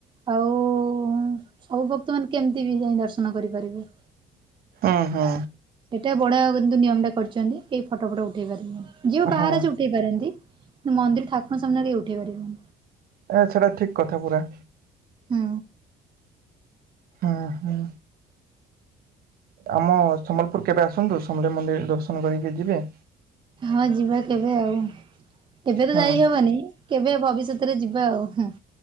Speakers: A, on the right; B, on the right.
A: ଆଉ ଉଁ ସବୁ ଭକ୍ତମାନେ କେମିତି ବି ଯାଇଁ ଦର୍ଶନ କରିପାରିବେ?
B: ଅ ହଁ।
A: ସେଇଟା ବଢଆ କିନ୍ତୁ ନିୟମ ଟା କରିଛନ୍ତି କେହି ଫଟୋ ଫଟ ଉଠେଇ ପାରିବେନି। ଯିଏ ବି ବାହାରେ
B: ହଁ
A: ଅଛି ଉଠେଇ ପାରନ୍ତି। କିନ୍ତୁ ମନ୍ଦିର ଠକୁର ସାମ୍ନା ରେ କେହି ଉଠେଇ ପାରିବେନି।
B: ତା ଛଡା ଠିକ୍ କଥା ପୁରା।
A: ହୁଁ।
B: ଉଁ ହୁଁ। ଆମ ସମ୍ବଲପୁର କେବେ ଆସନ୍ତୁ ସମଲା ଇ ମନ୍ଦିର ଦର୍ଶନ କରିକି ଯିବେ।
A: ହଁ ଯିବା କେବେ ଆଉ କେବେ ତ
B: ହଁ
A: ଯାଇହବନି। କେବେ ଭବିଷ୍ୟତରେ ଯିବା ଆଉ ହୁଁ।